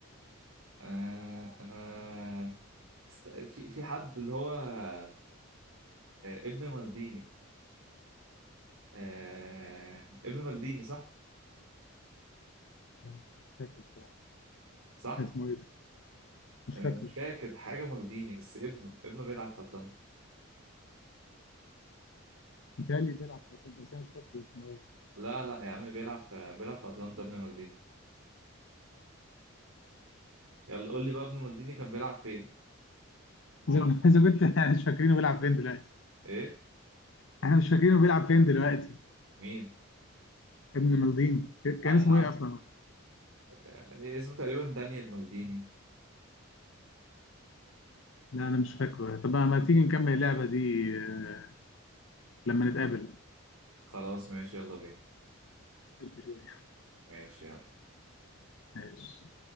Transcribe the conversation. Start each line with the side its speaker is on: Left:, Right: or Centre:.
Right: آه أنا است- في في حد اللي هو آه ابن مالديني آه ابن مالديني صح؟
Left: مش فاكر بصراحة
Right: صح؟
Left: اسمه ايه ده؟ مش
Right: أنا
Left: فاكره
Right: مش فاكر حاجة مالديني بس ابنه ابنه بيلعب في أتلانتا
Left: متهيألي بيلعب في اتلانتا بس انا مش فاكر اسمه ايه
Right: لا لا يا عم بيلعب في بيلعب في أتلانتا ابن مالديني يلا قول لي بقى ابن مالديني كان بيلعب فين؟ غير
Left: زي ما زي ما كنت <laughs> مش فاكرينه بيلعب فين دلوقتي
Right: إيه؟
Left: احنا مش فاكرينه بيلعب فين دلوقتي
Right: مين؟
Left: ابن مالديني
Right: لا
Left: كان
Right: يا
Left: اسمه
Right: عم
Left: ايه اصلا
Right: آه، اسمه تقريبا دانيال مالديني
Left: لا انا مش فاكره طب ما تيجي نكمل اللعبه دي آه، لما نتقابل
Right: خلاص ماشي يلا بينا
Left: قلت شويه
Right: ماشي يلا
Left: <laughs> ماشي